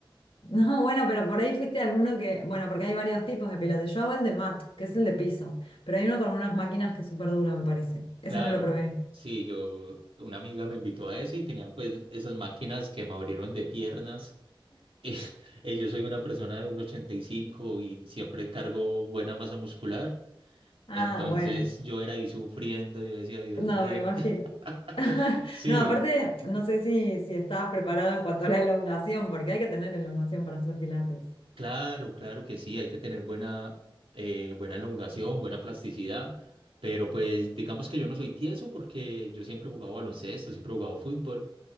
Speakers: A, on the left (about 80°); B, on the right (about 85°).
A: No, bueno, pero por ahí fuiste a alguno que, bueno, porque hay varios tipos de pilates. Yo hago el de mat, que es el de piso, pero hay uno con unas máquinas que es súper duro, me parece.
B: <laughs> Claro,
A: Ese no lo probé.
B: sí, yo, una amiga me invitó a ese y tenían pues esas máquinas que me abrieron de piernas <laughs> Eh, eh, yo soy una persona de 1,85 y cinco y siempre cargo buena masa muscular.
A: Ah,
B: Entonces
A: bueno.
B: yo era ahí sufriendo, yo decía, Dios
A: No,
B: mío.
A: me imagino. <laughs>
B: <laughs> Sí,
A: No, aparte, no sé si, si estabas preparado en cuanto a la elongación, porque hay que tener elongación para hacer pilates.
B: claro, claro que sí, hay que tener buena, eh, buena elongación, buena plasticidad, pero pues digamos que yo no soy tieso porque yo siempre he jugado baloncesto, siempre he jugado fútbol,